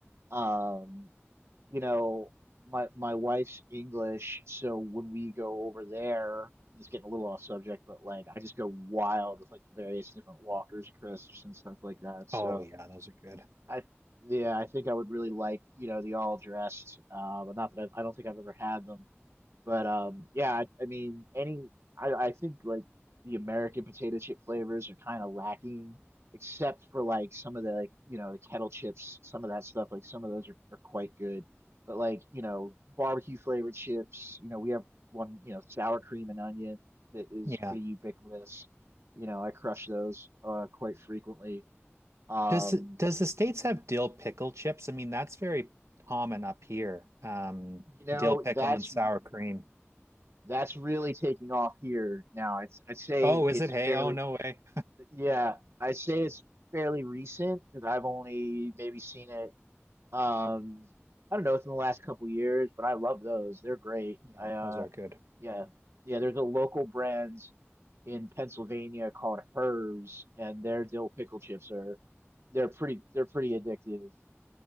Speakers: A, on the right; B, on the right.
A: Um, you know, my my wife's English, so when we go over there, it's getting a little off subject, but like I just go wild with like the various different Walker's crisps and stuff like that. So.
B: Oh yeah, those are good.
A: I yeah, I think I would really like, you know, the all dressed. Uh, but not that I, I don't think I've ever had them. But um, yeah, I, I mean, any I I think like the American potato chip flavors are kind of lacking, except for like some of the like you know the kettle chips, some of that stuff. Like some of those are are quite good. But like you know barbecue flavored chips, you know we have one you know sour cream and onion that is
B: Yeah.
A: pretty ubiquitous. You know I crush those uh quite frequently. Um,
B: Does does the States have dill pickle chips? I mean, that's very common up here. Um,
A: You know,
B: dill pickle
A: that's
B: and sour cream.
A: that's really taking off here now. It's I'd say
B: Oh, is
A: it's
B: it? Hey,
A: fairly
B: oh no way.
A: yeah, I say it's fairly recent because I've only maybe seen it um I don't know within the last couple of years, but I love those. They're great.
B: Yeah,
A: I uh
B: those are good.
A: yeah. Yeah, there's a local brand in Pennsylvania called Hers and their dill pickle chips are they're pretty they're pretty addictive.